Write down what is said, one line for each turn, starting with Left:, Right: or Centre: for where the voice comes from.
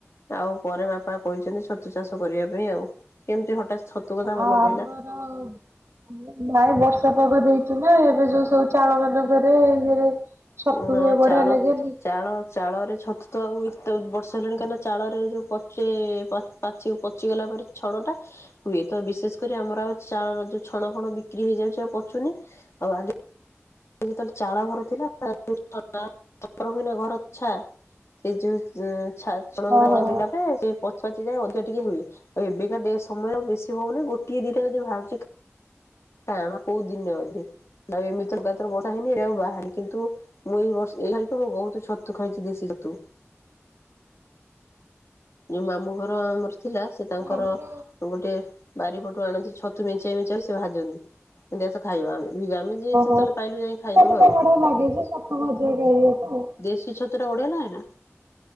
Left: ଆଉ ପରେ ବାପା କହିଛନ୍ତି ଛତୁ ଚାଷ କରିବା ପାଇଁ ଆଉ କେମିତି ହଠାତ୍ ଛତୁ କଥା ମନେ
Right: ଆଉ ଆମର
Left: ପଡିଲା।
Right: ହଁ। ନାଇଁ ବର୍ଷା ପାଗ ଦେଇଛି ନା ଏବେ ଯୋଉ ସବୁ ଚାଳ ମାନଙ୍କରେ ଇଏରେ ଛତୁ
Left: ନାଁ
Right: ହୁଏ ବଢିଆ
Left: ଚାଳ
Right: ଲାଗେନି
Left: ଚାଳ ଚାଳରେ ଛତୁ ତ ଆଉ ଏତେ ବର୍ଷା ହେଲାଣି କାହିଁକି ନା ଚାଳରେ ଯୋଉ ପଚେ ପାଚ ପଚିଗଲା ପରେ ଛଣ ଟା। ହୁଏ ତ ବିଶେଷ କରି ଆମର ଆଉ ଚାଳର ଯୋଉ ଛଣ ଫଣ ବିକ୍ରି ହେଇଯାଉଛି ଆଉ ପଚୁନି ଆଉ ଆ ଯେତେବେଳେ ଚାଳ ଘର ଥିଲା ଓପରେ ହୁନା ଘର ଛା ସେ ଯୋଉ ଚ୍ଛା ଚଣଗୁରା
Right: ହଁ ହଁ
Left: କଳାବି ଲଗେ ସେ ପଛପଚି ଯାଏ ଅଧିକ ଟିକେ ହୁଏ ଆଉ ଏବେକା ସମୟ ବେଶୀ ହଉନି ଗୋଟିଏ ଦିଟା ଯଦି ବାହାରୁଛି। ଟାଣ କୋଉ ଦିନ ଅଧେ ଆଉ ଏମିତିର ବର୍ଷା ହେନି ବାହାରେ କିନ୍ତୁ ମୁଁ ଏହି ବର୍ଷ ମୁଁ ବହୁତ ଛତୁ ଖାଇଛି ଦେଶୀ ଛତୁ। ଯୋଉ ମାମୁଁ ଘର ଆମର ଥିଲା ସେ ତାଙ୍କର
Right: ଆମର
Left: ଗୋଟେ ବାରିପଟେ ସବୁ ଆଣନ୍ତି ଛତୁ ମେଞ୍ଚେ ମେଞ୍ଚେ ଆଣିକି ସେ ଭାଜନ୍ତି ଆସ ଖାଇବା ଯେତେବେଳେ
Right: ଓ
Left: ପାଇଲୁ ଯାଇ ଖାଇଦବୁ
Right: ସବୁ ତ
Left: ଆଉ।
Right: ବଢିଆ ଲାଗେ ଯେ ଛତୁ ଭାଜିକି ଖାଇବାକୁ।
Left: ଦେଶୀ ଛତୁ ତା ବଢିଆ ନା ନା